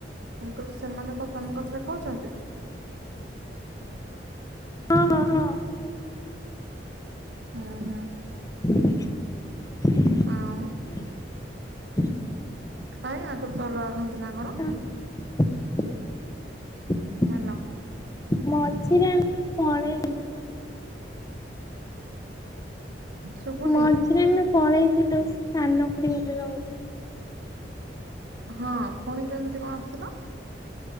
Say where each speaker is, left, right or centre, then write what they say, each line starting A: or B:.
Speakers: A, on the right; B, on the left.
A: ମୁ କଲି ସେମାନେ କ ତମ କଥରେ ଖାଉଛନ୍ତି?
B: ହଁ ହଁ ହଁ
A: ହୁଁ ହୁଁ
B: <inaudible>
A: ଆଉ
B: ହୁଁ ହ
A: କାଇଁ ଆଗରୁ ତ ଅଲଗା ଖାନ୍ତି ନା କଣ
B: ହ
A: ହେଲା
B: ମଝିରେ ଆମେ ପଳେଇଲୁ
A: ଶୁଭୁନି
B: ମଝିରେ ଆମେ ପଳେଇଥିଲୁ ସେ ସାନ ଖୁଡି ଘରେ ରହୁ
A: ହଁ ପୁଣି କେମତି କଣ ଆସିିଲ